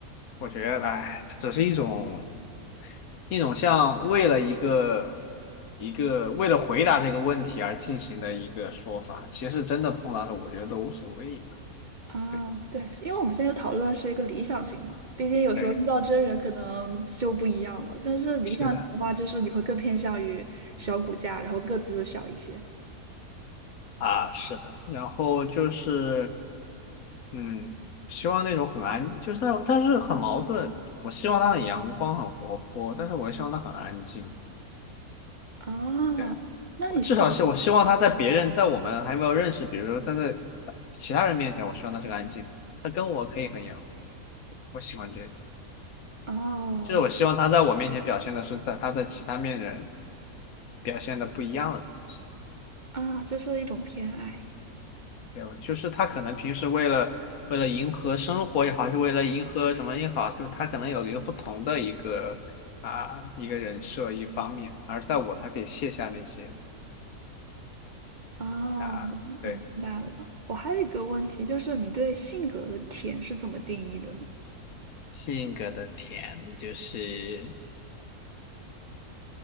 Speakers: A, on the left; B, on the right.
A: 我觉得，哎，只是一种一种像为了一个一个为了回答这个问题而进行的一个说法，其实真的碰到了，我觉得都无所谓。
B: 啊。
A: 对
B: 对，因为我们现在讨论的是一个理想型嘛，毕竟有时候遇到真人可能就不一样了。
A: 对，
B: 但是理想型的话，
A: 是的
B: 就是你会更偏向于小骨架，然后个子小一些
A: 啊，是的。然后就是，嗯，希望那种很安，就是但但是很矛盾。我希望他很阳光、很活泼，但是我也希望他很安静。
B: 啊。
A: 对。
B: 那你是
A: 至少是我希望他在别人在我们还没有认识，比如说他在其他人面前，我希望他是个安静的，他跟我可以很阳光，我喜欢这个，
B: 哦
A: 就是我希望他在我面前表现的是在他在其他面人表现的不一样的东西，
B: 啊，这是一种偏爱
A: 对，就是他可能平时为了为了迎合生活也好，还是为了迎合什么也好，就他可能有一个不同的一个啊一个人设一方面，而在我他可以卸下那些
B: 啊，
A: 啊对
B: 我明白了。我还有一个问题，就是你对性格的甜是怎么定义的呢？
A: 性格的甜就是。